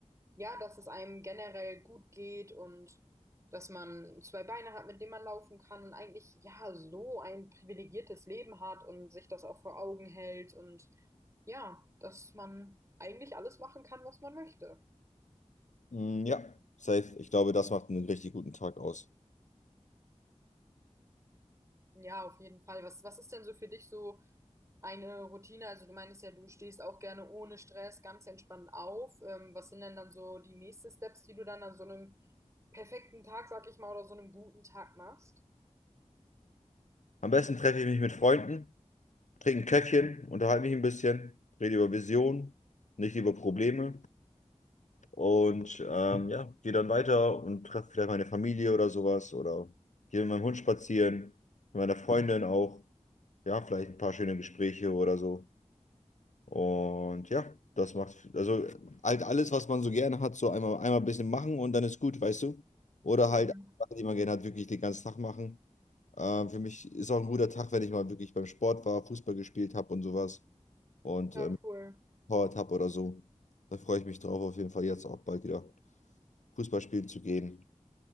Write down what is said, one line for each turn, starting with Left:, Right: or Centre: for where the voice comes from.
Right: ja, dass es einem generell gut geht und dass man zwei Beine hat, mit denen man laufen kann und eigentlich, ja, so ein privilegiertes Leben hat und sich das auch vor Augen hält und Ja, dass man eigentlich alles machen kann, was man möchte.
Left: Mm, ja, safe. Ich glaube, das macht einen richtig guten Tag aus.
Right: Ja, auf jeden Fall. Was, was ist denn so für dich so eine Routine? Also du meinst ja, du stehst auch gerne ohne Stress ganz entspannt auf. Ähm, was sind denn dann so die nächsten Steps, die du dann an so einem perfekten Tag, sag ich mal, oder so einem guten Tag machst?
Left: Am besten treffe ich mich mit Freunden, trinke ein Käffchen, unterhalte mich ein bisschen, rede über Visionen, nicht über Probleme. Und ähm, ja, gehe dann weiter und treffe vielleicht meine Familie oder sowas oder gehe mit meinem Hund spazieren, mit meiner Freundin auch. ja, vielleicht ein paar schöne Gespräche oder so. Und ja, das macht, also halt alles, was man so gerne hat, so einmal, einmal ein bisschen machen und dann ist gut, weißt du? Oder
Right: Mhm.
Left: halt Sachen, die man gerne hat, wirklich den ganzen Tag machen. Äh, für mich ist auch ein guter Tag, wenn ich mal wirklich beim Sport war, Fußball gespielt habe und sowas und
Right: Ja,
Left: ähm,
Right: cool.
Left: gepowert habe oder so. Da freue ich mich drauf, auf jeden Fall jetzt auch bald wieder Fußball spielen zu gehen.